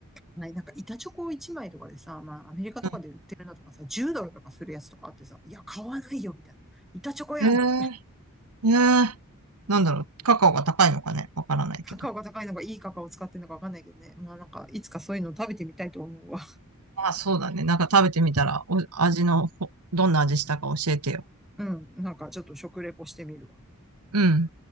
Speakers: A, in the centre; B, on the right.
A: はい、なんか板チョコ1枚とかでさ、まあ、アメリカとかで売ってるのとかさ、
B: うん。
A: 10ドルとかするやつとかあってさ、いや、買わないよ、みたいな。板チョコやんって。
B: えー、えー、なんだろう、カカオが高いのかね、わからないけど。
A: カカオが高いのがいいカカオを使ってるのかわかんないけどね。まあなんか、いつかそういうの食べてみたいと思うわ。
B: あ、そうだね。なんか食べてみたら、お、味のほ、どんな味したか教えてよ。
A: うん。なんかちょっと食レポしてみるわ。
B: うん。